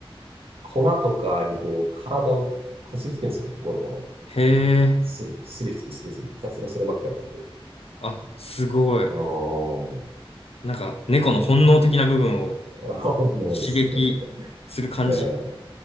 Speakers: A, on the right (about 70°); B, on the left (about 85°).
A: 粉とかにこう、体をこすりつけるんですよね。ゴロゴロって。
B: へえ、
A: スリスリスリスリスリ、ひたすらそればっかやってて。
B: あ、すごい。
A: うん。
B: なんか、猫の本能的な部分を
A: あのですね。
B: 刺激する感じ。
A: ええ、